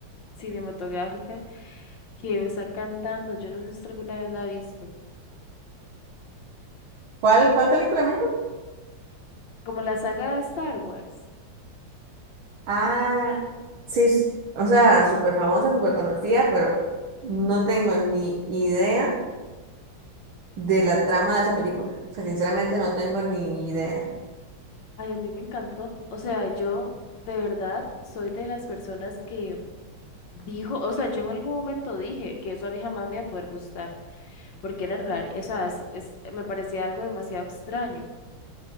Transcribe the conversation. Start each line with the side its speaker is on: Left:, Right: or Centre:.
Left: cinematográfica que me está encantando. Yo no sé si usted alguna vez la ha visto.
Right: ¿Cuál, cuál película me dijo?
Left: Como la saga de Star Wars.
Right: Ah, sí, s- o sea, súper famosa, súper conocida, pero no tengo ni idea de la trama de esa película. O sea, sinceramente no tengo ni idea.
Left: Ay, a mí me encantó. O sea, yo de verdad soy de las personas que Dijo, o sea, yo en algún momento dije que eso a mí jamás me iba a poder gustar, porque era raro, o sea, es, es- me parecía algo demasiado extraño.